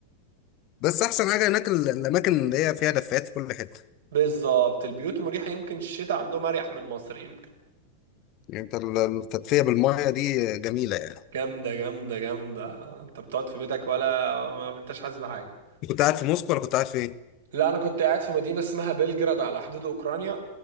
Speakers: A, on the left (about 40°); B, on the right (about 60°).
A: بس احسن حاجه هناك ال- الاماكن اللي هي فيها دفايات في كل حته
B: بالظبط البيوت مريحه يمكن الشتاء عندهم اريح من مصر يمكن
A: يعني انت ال- التدفئه بالميه دي جميله يعني
B: جامده جامده جامده انت بتقعد في بيتك ولا ما انتش حاسس بحاجه
A: كنت قاعد في موسكو ولا كنت قاعد فين
B: لا انا كنت قاعد في مدينه اسمها بلجراد على حدود اوكرانيا